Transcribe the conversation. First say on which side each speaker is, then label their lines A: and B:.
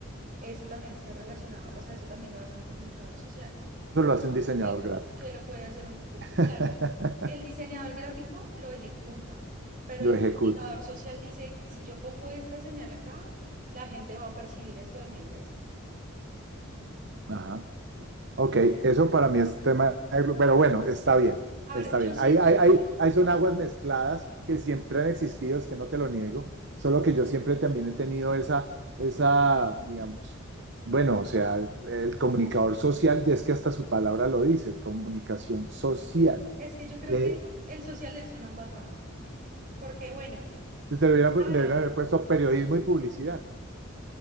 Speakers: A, on the right; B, on the right.
A: eso también está relacionado, o sea, eso también lo hace un comunicador social.
B: Eso lo hace un diseñador
A: Que,
B: gráfico.
A: que lo puede hacer un, u-
B: <laughs>
A: claro, el diseñador gráfico lo ejecuta, pero
B: Lo
A: el
B: ejecuta.
A: comunicador social dice, si yo pongo esta señal acá, la gente va a percibir esto de mi empresa.
B: Ajá. Ok, eso para mí es tema, de- pero bueno, está bien,
A: A
B: está
A: ver, yo
B: bien.
A: siento
B: Hay, hay,
A: que
B: hay, hay son aguas mezcladas que siempre han existido, es que no te lo niego, solo que yo siempre también he tenido esa, esa, digamos, bueno, o sea, el comunicador social, es que hasta su palabra lo dice, comunicación social.
A: es que yo creo
B: Eh,
A: que el social es una embarrada, porque bueno,
B: Te hubieran- pu-
A: claro,
B: le hubieran haber puesto periodismo y publicidad